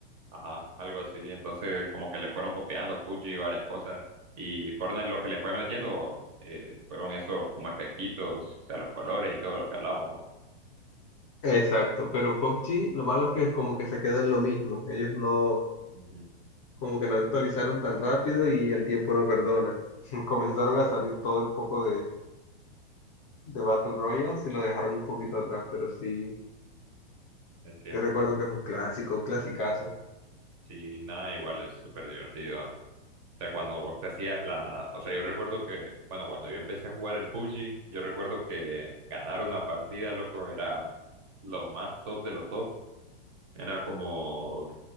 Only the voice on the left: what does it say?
exacto. Pero PUBG, lo malo es que como que se queda en lo mismo. Ellos no,
como que no actualizaron tan rápido y el tiempo no perdona. <laughs> Comenzaron a salir todo el poco de, de Battle Royales y lo dejaron un poquito atrás, pero sí,
yo recuerdo que es un clásico, un clasicazo.